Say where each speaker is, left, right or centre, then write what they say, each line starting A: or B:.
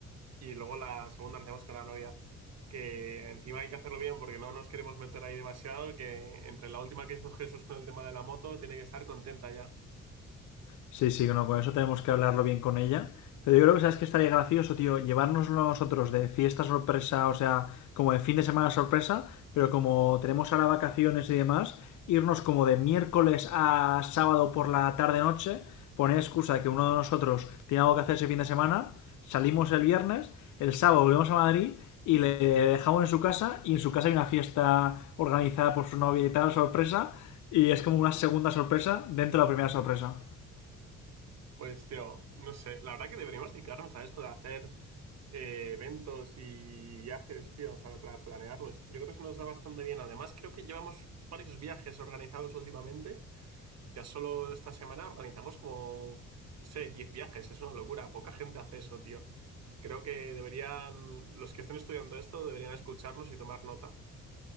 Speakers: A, on the right (about 60°); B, on the left (about 75°).
A: Y luego la segunda la hacemos con la novia, que encima hay que hacerlo bien porque no nos queremos meter ahí demasiado, que entre la última que hizo Jesús con el tema de la moto, tiene que estar contenta ya.
B: Sí, sí, no, con eso tenemos que hablarlo bien con ella. Pero yo creo que sabes que estaría gracioso, tío, llevarnos nosotros de fiesta sorpresa, o sea, como de fin de semana sorpresa, pero como tenemos ahora vacaciones y demás, irnos como de miércoles a sábado por la tarde-noche, poner excusa de que uno de nosotros tiene algo que hacer ese fin de semana, salimos el viernes, el sábado volvemos a Madrid y le dejamos en su casa y en su casa hay una fiesta organizada por su novia y tal, sorpresa, y es como una segunda sorpresa dentro de la primera sorpresa.
A: Pues, tío, no sé, la verdad que deberíamos dedicarnos a esto de hacer eh, eventos y viajes, tío, o sea, para planearlos. Yo creo que eso nos da bastante bien. Además, creo que llevamos varios viajes organizados últimamente Ya solo esta semana organizamos como, no sé, 10 viajes. Es una locura. Poca gente hace eso, tío. Creo que deberían, los que estén estudiando esto, deberían escucharnos y tomar nota.